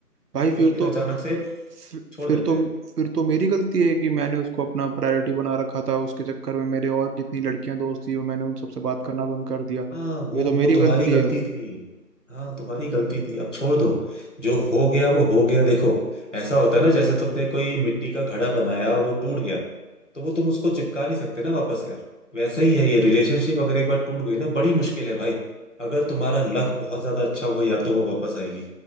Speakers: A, on the left (about 50°); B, on the right (about 75°).
A: फिर
B: भाई
A: वो
B: फिर
A: एक दिन
B: तो
A: अचानक से
B: फिर,
A: छोड़
B: फिर
A: देते
B: तो
A: हैं
B: फिर तो मेरी गलती है कि मैंने उसको अपना प्रायोरिटी बना रखा था उसके चक्कर में मेरे और जितनी लड़कियां दोस्त थी वो मैंने उन सबसे बात करना बंद कर दिया
A: हाँ वो
B: ये तो मेरी
A: वो तुम्हारी
B: गलती
A: गलती
B: है
A: थी हाँ तुम्हारी गलती थी अब छोड़ दो जो हो गया वो हो गया देखो ऐसा होता है ना जैसे तुमने कोई मिट्टी का घड़ा बनाया वो टूट गया तो वो तुम उसको चिपका नहीं सकते ना वापस यार वैसा ही है
B: हम्म।
A: ये रिलेशनशिप अगर एक बार टूट गई ना बड़ी मुश्किल है भाई अगर तुम्हारा लक बहुत ज्यादा अच्छा हुआ या तो वो वापस आएगी